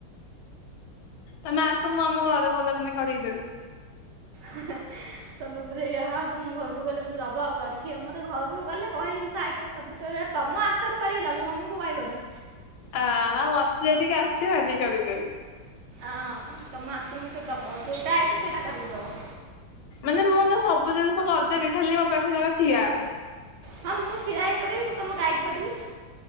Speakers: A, on the left (about 85°); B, on the right (about 70°).
A: ତମେ ଆସ ମୁଁ ଆମ ଘରେ ଭଲକିନା କରିକି ଦେବି।
B: ହେଁ ହେଁ। ତମେ ପୁରା ୟାହାଉ ତମ ଘରୁକୁ ଗଲେ ମତେ ଦବ ଆଉ କରିକି ଆଉ ମତେ ଘରୁକୁ ଗଲେ ବହେ ଜିନିଷ ଆଇଟମ୍ <inaudible> ତମ ଆତରୁ କରିକି ଦବ ମମିଙ୍କୁ କହବନି।
A: ଆ ମତେ ଯେତିକି ଆସିଚି ମୁଁ ହେତିକି କରିକି ଦେବି।
B: ଅଁ ତମ ହାତରୁ ମତେଦବ, ଯୋଉଟା ଅଇଚି ସେଇଟା କରିକି ଦବ।
A: ମାନେ ମୁଁ ନା ସବୁ ଜିନିଷ କରିଦେବି ଖାଲି ମୋ ପାଖେ ଜଣେ ଠିଆ ହେଲେ।
B: ହଁ ମୁଁ ଛିଡା ହେଇ ପରିବି ମୁଁ ତମୁ ଗାଇଡ୍ କରିବି।